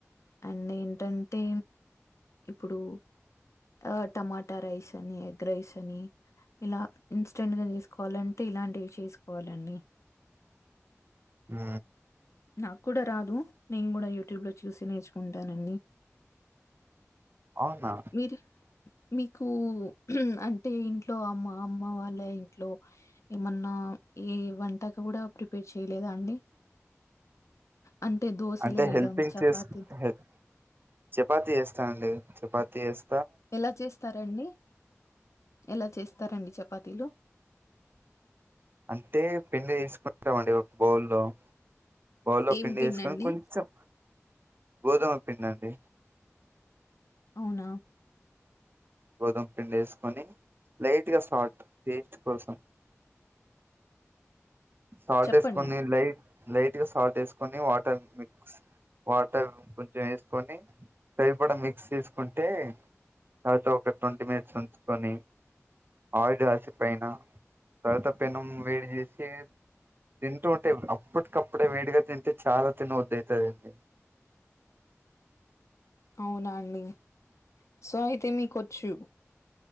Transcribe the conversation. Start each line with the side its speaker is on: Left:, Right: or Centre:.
Left: అండ్ ఏంటంటే ఇప్పుడు ఆ టమాటా రైస్ అని ఎగ్ రైస్ అని ఇలా ఇన్స్టెంట్గా చేసుకోవాలంటే ఇలాంటివి చేసుకోవాలండి
Right: ఆ
Left: నాకు కూడా రాదు నేను కూడా యూట్యూబ్ లో చూసి నేర్చుకుంటానండి
Right: అవునా
Left: మీరు మీకు అంటే ఇంట్లో అమ్మ అమ్మ వాళ్ళ ఇంట్లో ఏమన్నా ఏ వంటక కూడా ప్రిపేర్ చేయలేదా అండి అంటే దోశలు
Right: అంటే
Left: వేయడం
Right: హెల్పింగ్
Left: చపాతి
Right: చేస్ హే చపాతీ చేస్తానండి చపాతీ చేస్
Left: ఎలా చేస్తారండి ఎలా చేస్తారండి చపా తిలు
Right: అంటే పిండి తిస్ ఉంటామండి ఒక బౌల్లో బౌల్లో
Left: ఏం
Right: పిండి
Left: పిండండి
Right: చేసుకొని కొంచెం గోధుమ పిండండి
Left: అవునా
Right: గోధుమ పిండి వేసుకొని లైట్ గా సాల్ట్ టేస్ట్ కోసం సాల్ట్
Left: చెప్పండి
Right: ఎస్కొని లై లైట్ గా సాల్ట్ వేసుకొని వాటర్ మిక్స్ వాటర్ కొంచెం వేసుకొని సరిపడా మిక్స్ చేస్ ఉంటే తర్వాత ఒక ట్వంటీ మినిట్స్ ఉంచుకొని ఆడ్ రాసిపోయిన తర్వాత పెనుం వేడి చేసి తింటూ ఉంటే అప్పటికప్పుడే వేడిగా తింటే చాలా తినబుద్ధి అయ్తదండి
Left: అవునా అండి సో అయితే మీకు వచ్చు